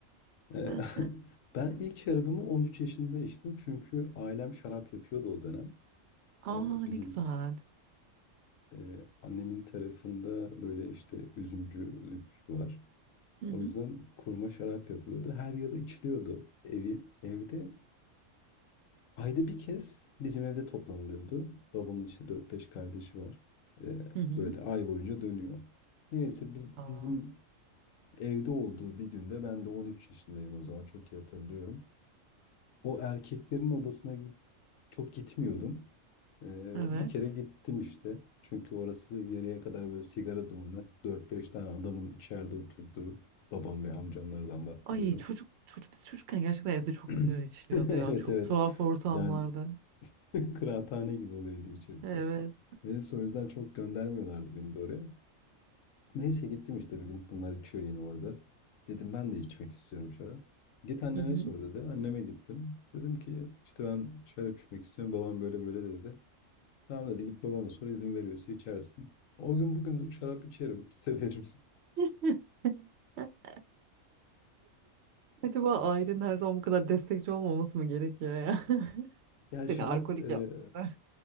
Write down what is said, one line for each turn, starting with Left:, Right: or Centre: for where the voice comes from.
Left: Eee,
Right: <laughs>
Left: <laughs> ben ilk şarabımı 13 yaşında içtim. Çünkü ailem şarap yapıyordu o dönem.
Right: Aa
Left: Eee, bizim
Right: ne güzel.
Left: eee, annemin tarafında böyle işte üzümcülük var.
Right: Hı
Left: O
Right: hı.
Left: yüzden kurma şarap yapılıyordu. Her yıl içiliyordu evi, evde. Ayda bir kez bizim evde toplanılıyordu. Babamın işte dört beş kardeşi var. Eee,
Right: Hı hı.
Left: böyle ay boyunca dönüyor. Neyse biz,
Right: Aa,
Left: bizim evde olduğu bir günde ben de 13 yaşındayım o zaman çok iyi hatırlıyorum. o erkeklerin odasına gi- çok gitmiyordum. Ee,
Right: evet.
Left: bir kere gittim işte. Çünkü orası yarıya kadar böyle sigara dumanı. dört beş tane adamın içeride oturduğu. Babam ve amcamlardan bahsediyorum.
Right: Ay çocuk, çocuk biz çocukken gerçekten evde çok
Left: <clears throat>
Right: sigara içiliyordu
Left: Evet
Right: ya. Çok
Left: evet.
Right: tuhaf ortamlarda.
Left: Yani <laughs> kıraathane gibi oluyordu içerisi.
Right: Evet.
Left: Neyse o yüzden çok göndermiyorlardı beni de oraya. Neyse gittim işte bir gün. Bunlar içiyor yine orada. Dedim ben de içmek istiyorum şarap. Git annene
Right: Hı hı.
Left: sor dedi. Anneme gittim. Dedim ki işte ben şarap içmek istiyorum. Babam böyle böyle dedi. Tamam dedi git babana sor izin veriyorsa içersin. O gün bugün şarap içerim. <laughs> Severim.
Right: <laughs> Acaba ailenin her zaman bu kadar destekçi olmaması mı gerekiyor ya? <laughs>
Left: Ya
Right: Seni
Left: şarap
Right: alkolik
Left: e,
Right: yapmaları.